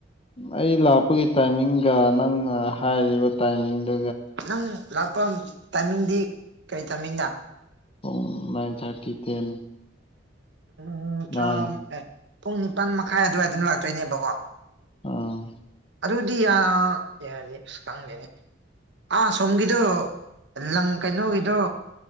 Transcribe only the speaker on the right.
ꯅꯪ ꯂꯥꯛꯄ ꯇꯥꯏꯃꯤꯡꯗꯤ ꯀꯔꯤ ꯇꯥꯏꯃꯤꯡꯗ
ꯎꯝ ꯇꯔꯥ
ꯄꯨꯡ ꯅꯤꯄꯥꯜ ꯃꯈꯥꯏ ꯑꯗꯨꯋꯥꯏꯗ ꯂꯥꯛꯇꯣꯏꯅꯦꯕꯀꯣ
ꯑꯗꯨꯗꯤ ꯌꯥ ꯌꯥꯅꯤ ꯑꯁ ꯈꯪꯗꯦꯅꯦ ꯑꯥ ꯁꯣꯝꯒꯤꯗꯣ ꯂꯪ ꯀꯩꯅꯣꯒꯤꯗꯣ